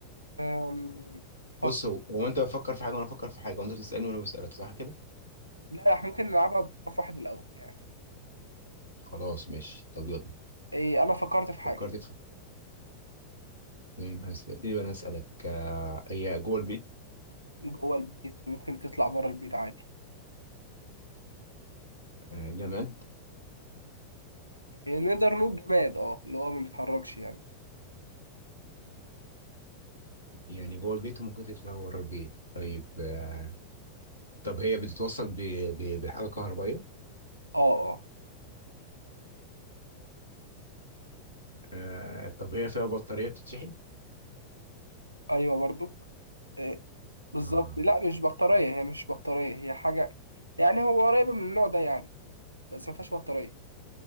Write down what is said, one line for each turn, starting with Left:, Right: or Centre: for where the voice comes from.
Right: أم، فك...
Left: بص هو هو انت بتفكر في حاجة وانا بفكر في حاجة وانت بتسألني وانا بسألك صح كده
Right: لا احنا ممكن نلعبها بطرف واحد الاول يعني
Left: خلاص ماشي طب يلا
Right: إيه انا فكرت في حاجه
Left: فكرت في تمام، هسألتني بقى انا اسألك آه، هي جوه البيت
Right: جوه البيت وممكن تطلع بره البيت عادي
Left: آه، جماد
Right: إيه نقدر نقول جماد اه اللي هو ما بيتحركش يعني
Left: يعني جوه البيت وممكن تطلع ورا البيت طيب آه، طب هي بتتوصل ب- ب- بحاجة كهربائية
Right: اه اه
Left: آه، طب هي فيها بطارية بتتشحن
Right: ايوه برضو إيه بالظبط
Left: آه.
Right: لا مش بطاريه هي مش بطاريه هي حاجه يعني هو قريبه من النوع ده يعني بس ما فيهاش بطاريه